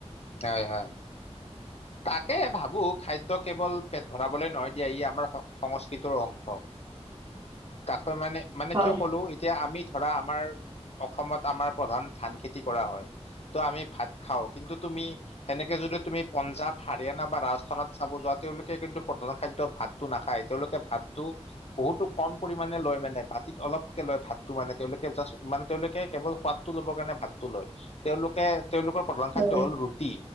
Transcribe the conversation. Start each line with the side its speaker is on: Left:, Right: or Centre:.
Left: হয়, হয়। তাকে ভাবো খাদ্য কেৱল পেট ভৰাবলৈ নহয় দিয়া, ই আমাৰ সংস্কৃতৰ অংশ।
Right: <inaudible>
Left: তাকৈ মানে, মানে
Right: হয়
Left: কিয় ক'লো? এতিয়া আমি ধৰা আমাৰ অসমত আমাৰ প্ৰধান ধান খেতি কৰা হয়। ত' আমি ভাত খাওঁ, কিন্তু তুমি সেনেকে যদি তুমি পঞ্জাৱ, হাৰিয়ানা বা ৰাজস্থানত চাব যোৱা তেওঁলোকে কিন্তু প্ৰধান খাদ্য ভাত। টো নাখায় তেওঁলোকে ভাতটো বহুতো কম পৰিমাণে লয় মানে বাতিত অলপকে লয় ভাতটো মানে তেওঁলোকে জাষ্ট মানে তেওঁলোকে কেৱল সোৱাদটো ল'ব কাৰণে ভাতটো লয়। তেওঁলোকে তেওঁলোকৰ প্ৰধান
Right: হয়
Left: খাদ্য হ'ল ৰুটি,